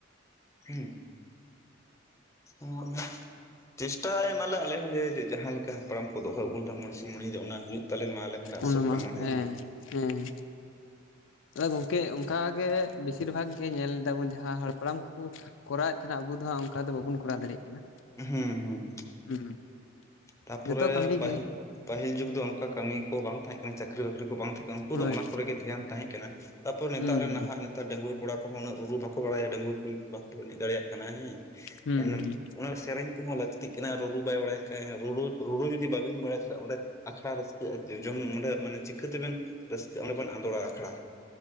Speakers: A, on the left; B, on the left.
A: ᱦᱩᱸ, ᱦᱩᱸ ᱪᱮᱥᱴᱟᱭ ᱢᱟᱞᱮ ᱟᱞᱮ ᱦᱚᱸ ᱡᱮ ᱡᱟᱦᱟᱸ ᱞᱮᱠᱟ ᱦᱟᱯᱲᱟᱢ ᱫᱚᱦᱚ ᱟᱹᱜᱩ ᱞᱮᱫᱟ ᱢᱚᱬᱮ ᱥᱤᱧ ᱢᱚᱬᱮ ᱧᱤᱫᱟ. ᱫᱚ ᱚᱱᱟ ᱦᱩᱭᱩᱜ ᱛᱟᱞᱮ ᱢᱟ ᱟᱞᱮ ᱦᱚᱸᱞᱮ ᱟᱥᱚᱜ
B: ᱚᱱᱟ ᱢᱟ
A: ᱠᱟᱱᱟ ᱦᱮᱸ᱾
B: ᱦᱮᱸ ᱟᱫᱚ ᱜᱚᱝᱠᱮ ᱚᱝᱠᱟ ᱜᱮ ᱵᱮᱥᱤᱨ ᱵᱷᱟᱜᱽ ᱜᱮ ᱧᱮᱞ ᱫᱟᱵᱚᱱ ᱡᱟᱦᱟᱸ ᱦᱟᱯᱲᱟᱢ ᱠᱚᱠᱩ ᱠᱚᱨᱟᱣᱮᱫ ᱛᱟᱦᱮᱱᱟ ᱟᱵᱩ ᱫᱚ ᱦᱟᱸᱜ ᱚᱝᱠᱟ ᱫᱚ ᱵᱟᱵᱩᱱ ᱠᱚᱨᱟᱣ ᱫᱟᱲᱮᱜ ᱠᱟᱱᱟ,
A: ᱦᱩᱸ ᱦᱩᱸ
B: ᱦᱩᱸ
A: ᱛᱟᱯᱚᱨᱮ
B: ᱡᱚᱛᱚ ᱠᱟᱹᱢᱤ
A: ᱯᱟᱹᱦᱤᱞ
B: ᱜᱮ
A: ᱯᱟᱹᱦᱤᱞ ᱡᱩᱜᱽ ᱫᱚ ᱚᱱᱠᱟ ᱠᱟᱹᱢᱤ ᱠᱚ ᱵᱟᱝ ᱛᱟᱦᱮᱸᱜ ᱠᱟᱱᱟ ᱪᱟᱹᱠᱨᱤ ᱵᱟᱹᱠᱨᱤ ᱠᱚ ᱵᱟᱝ ᱛᱟᱦᱮᱸ ᱠᱟᱱᱟ ᱩᱱᱠᱩ
B: ᱦᱳᱭ
A: ᱫᱚ ᱚᱱᱟ ᱠᱚᱨᱮ ᱜᱮ ᱫᱷᱮᱭᱟᱱ ᱛᱟᱦᱮᱸᱜ ᱠᱟᱱᱟ᱾ ᱛᱟᱯᱚᱨ ᱱᱮᱛᱟᱜ
B: ᱦᱩᱸ
A: ᱨᱮᱱ
B: ᱦᱩᱸ
A: ᱱᱟᱦᱟᱜ ᱱᱮᱛᱟᱨ ᱰᱟᱸᱜᱣᱟᱹ ᱠᱚᱲᱟ ᱠᱚᱸᱦᱚ ᱩᱱᱟᱹᱜ ᱨᱩᱨᱩ ᱵᱟᱠᱚ ᱵᱟᱲᱟᱭᱟ ᱰᱟᱸᱜᱣᱟᱹ ᱠᱩᱲᱤ ᱠᱚ ᱵᱟᱠᱚ ᱮᱱᱮᱡ ᱫᱟᱲᱮᱭᱟᱜ ᱠᱟᱱᱟ ᱦᱮᱸ,
B: ᱦᱩᱸ ᱦᱩᱸ
A: ᱚᱱᱟ ᱥᱮᱨᱮᱧ ᱠᱚᱦᱚᱸ ᱞᱟᱹᱠᱛᱤᱜ ᱠᱟᱱᱟ ᱨᱩᱨᱩ ᱵᱟᱭ ᱵᱟᱲᱟᱭ ᱠᱷᱟᱡ ᱨᱩᱨᱩ ᱨᱩᱨᱩ ᱡᱩᱫᱤ ᱵᱟᱵᱤᱱ ᱵᱟᱲᱟᱭᱟ ᱛᱟᱦᱚᱞᱮ ᱚᱸᱰᱮ ᱟᱠᱷᱲᱟ ᱨᱟᱹᱥᱠᱟᱹ <unintelligible> ᱚᱸᱰᱮ ᱢᱟᱱᱮ ᱪᱤᱠᱟᱹ ᱛᱮᱵᱮᱱ ᱨᱟᱹᱥᱠᱟᱹ ᱚᱸᱰᱮ ᱵᱮᱱ ᱟᱸᱫᱳᱲᱟ ᱟᱠᱷᱲᱟ